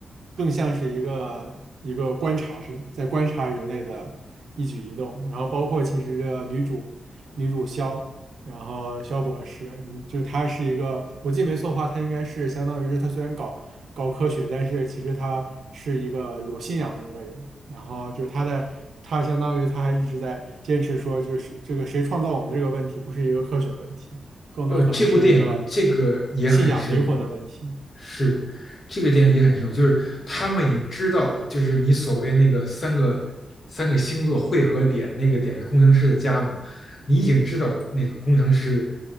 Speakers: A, on the right; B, on the left.
A: 更像是一个一个观察者，在观察人类的一举一动，然后包括其实这个女主女主萧，然后萧博士，你就她是一个，我记得没错的话，她应该是相当于是她虽然搞搞科学，但是其实她是一个有信仰的一个人。然后就是他的，他相当于他还一直在坚持说，就是这个谁创造我们这个问题，不是一个科学问题，更多可能是一个
B: 呃，这部电影这个也很深入，
A: 信仰灵魂的问题。
B: 是，这个电影也很深入，就是他们已经知道，就是你所谓那个三个三个星座汇合点，那个点是工程师的家嘛，你已经知道那个工程师